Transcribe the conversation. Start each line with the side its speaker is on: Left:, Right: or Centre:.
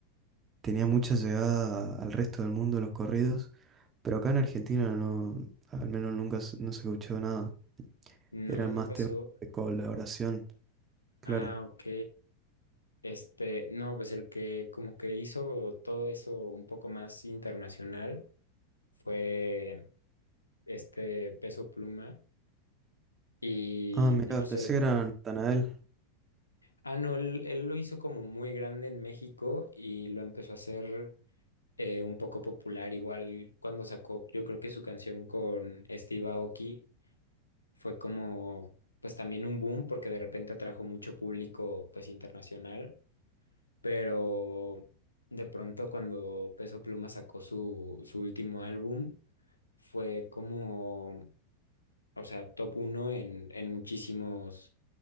Right: tenía mucha llegada a- al resto del mundo los corridos, pero acá en Argentina no, al menos nunca s- no se escuchó nada.
Left: No,
Right: Eran
Left: no
Right: más
Left: pasó.
Right: temas de colaboración, claro.
Left: Ah, ok. Este, no, pues el que como que hizo todo eso un poco más internacional fue este Peso Pluma y
Right: Ah, mira,
Left: no
Right: pensé
Left: sé,
Right: que era Natanael.
Left: ah, no, él, él lo hizo como muy grande en México y lo empezó a hacer eh, un poco popular, igual cuando sacó, yo creo que su canción con Steve Aoki fue como, pues también un boom porque de repente atrajo mucho público pues internacional. pero de pronto cuando Peso Pluma sacó su, su último álbum, fue como, o sea, top uno en, en muchísimos